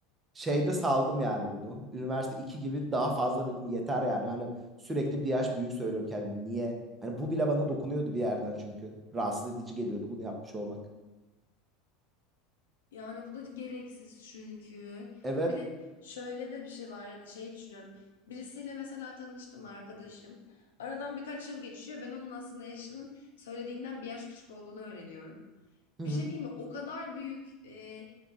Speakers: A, on the right; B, on the left.
A: şeyde saldım yani bunu. Üniversite 2 gibi daha fazla dedim yeter yani. Hani sürekli bir yaş büyük söylüyorum kendimi. Niye? Hani bu bile bana dokunuyordu bir yerden çünkü. Rahatsız edici geliyordu bunu yapmış olmak.
B: Yani bu da gereksiz çünkü.
A: Evet.
B: Bir de şöyle de bir şey var. Yani şey düşünüyorum. Birisiyle mesela tanıştım arkadaşım. Aradan birkaç yıl geçiyor. Ben onun aslında yaşının söylediğinden bir yaş küçük olduğunu öğreniyorum.
A: Hı
B: Bir
A: hı.
B: şey değil mi? O kadar büyük e,